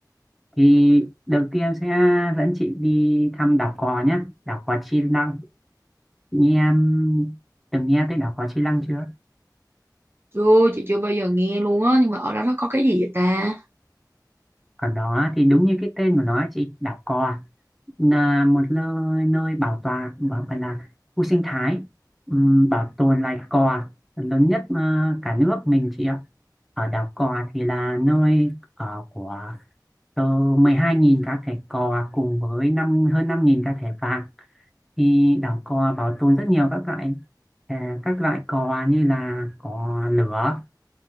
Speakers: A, in the centre; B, on the right.
A: thì đầu tiên em sẽ dẫn chị đi thăm đảo Cò nhé đảo Cò Chi Lăng chị nghe em từng nghe tới đảo Cò Chi Lăng chưa
B: chưa chị chưa bao giờ nghe luôn á nhưng mà ở đó nó có cái gì vậy ta
A: còn đó thì đúng như cái tên của nó chị đảo cò là một nơi, nơi bảo tồn bảo phải là khu sinh thái ừm, bảo tồn loài cò lớn nhất ờ, cả nước mình chị ạ ở đảo cò thì là nơi ở của từ 12.000 cá thể cò cùng với năm hơn 5.000 cá thể vạc thì đảo cò bảo tồn rất nhiều các loại à, các loại cò như là cò lửa